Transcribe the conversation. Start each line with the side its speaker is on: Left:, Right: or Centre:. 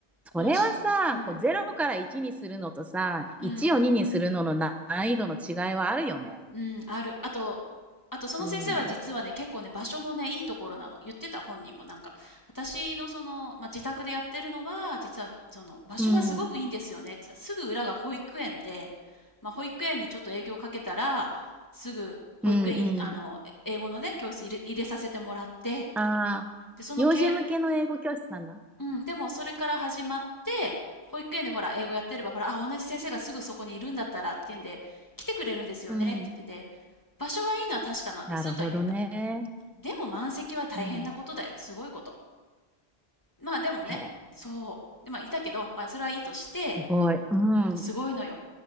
Left: このし、
Centre: それはさ、
Left: うん、
Centre: こう0から1にするのとさ、
Left: うん、
Centre: 1を2にするのの難易度の違いはあるよね。
Left: うん、ある。あと、あとその先生は実はね、
Centre: うん。
Left: 結構ね、場所もね、いいところなの。言ってた本人もなんか、私のその、まあ、自宅でやってるのは、実はその場所がすごくいいんですよねって言ってた。
Centre: うん。
Left: すぐ裏が保育園で、まあ、保育園にちょっと営業かけたら、すぐ保育園い、
Centre: うんうん。
Left: あの、え英語のね、教室入れ、入れさせてもらって、みたいな。
Centre: ああ、
Left: で、そのけ、
Centre: 幼児向けの英語教室なんだ。
Left: うん、でもそれから始まって、保育園でほら、英語やってれば、ほら、あ、同じ先生がすぐそこにいるんだったらっていうんで、来てくれるんですよねって言ってて、
Centre: うん。
Left: 場所がいいのは確かなんですとは言ってた。
Centre: なるほどね。
Left: でも満席は大変なことだよ。
Centre: うん、へ
Left: すごいこと。まあでもね、
Centre: え。
Left: そう。で、まあいたけど、まあそれはいいとして、
Centre: すごい。うん。
Left: うん、すごいのよ。